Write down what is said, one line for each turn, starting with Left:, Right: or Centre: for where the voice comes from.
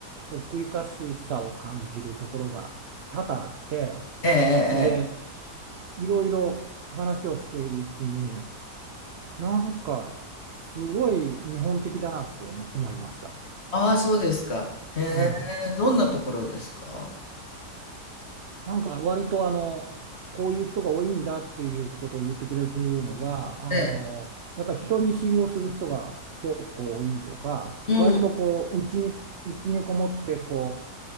Right: 奥ゆかしさを感じるところが多々あって
Left: ええ、ええ、
Right: で
Left: ええ。
Right: いろいろ話をしているうちになんか、すごい日本的だなと思思いました。
Left: ああ、そうですか。へえ、
Right: うん。
Left: どんなところですか
Right: なんか、割とあの、こういう人が多いんだっていうことを言ってくれるのが、あの、
Left: ええ、
Right: やっぱり人見知りをする人が結構多いとか、
Left: うん。
Right: 割とこう、うちに、うちにこもって、こう、